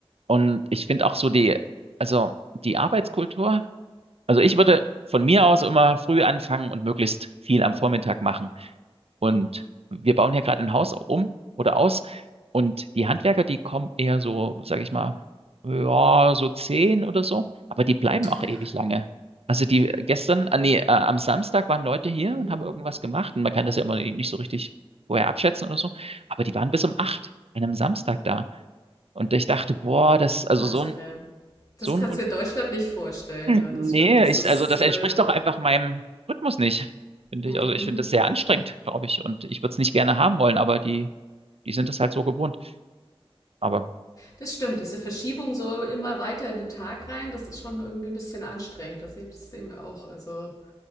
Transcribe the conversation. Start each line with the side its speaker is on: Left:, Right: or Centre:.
Right: Und ich finde auch so die, also die Arbeitskultur, also ich würde von mir aus immer früh anfangen und möglichst viel am Vormittag machen. Und wir bauen hier gerade ein Haus um oder aus. Und die Handwerker, die kommen eher so, sage ich mal, ja, so zehn oder so. Aber die bleiben
Left: Ja.
Right: auch ewig lange. Also die gestern, ah, nee, äh, am Samstag waren Leute hier
Left: Mhm.
Right: und haben irgendwas gemacht. Und man kann das ja immer nicht so richtig vorher abschätzen oder so. Aber die waren bis um acht an einem Samstag da. Und ich dachte, boah, das, also
Left: Wahnsinn,
Right: so ein,
Left: ja. Das
Right: so
Left: kannst
Right: ein, Un-
Left: du in Deutschland nicht vorstellen, ja,
Right: nee,
Left: das stimmt. Das
Right: ich,
Left: ist,
Right: also das
Left: äh,
Right: entspricht doch einfach meinem Rhythmus nicht, finde
Left: mhm.
Right: ich. Also ich finde das sehr anstrengend, glaube ich. Und ich würde es nicht gerne haben wollen, aber die, die sind es halt so gewohnt. Aber,
Left: das stimmt. Diese Verschiebung so immer weiter in den Tag rein, das ist schon irgendwie ein bisschen anstrengend. Das se- das sehen wir auch. Also